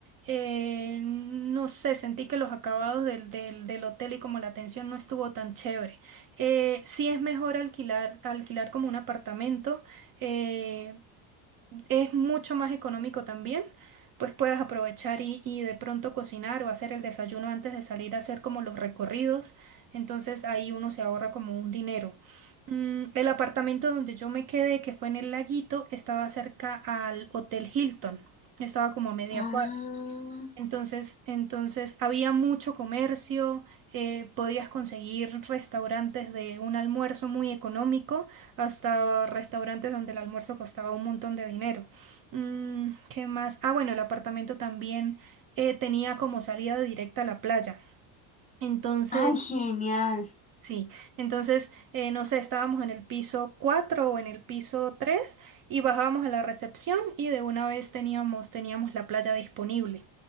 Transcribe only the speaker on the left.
Ah,
ay, genial.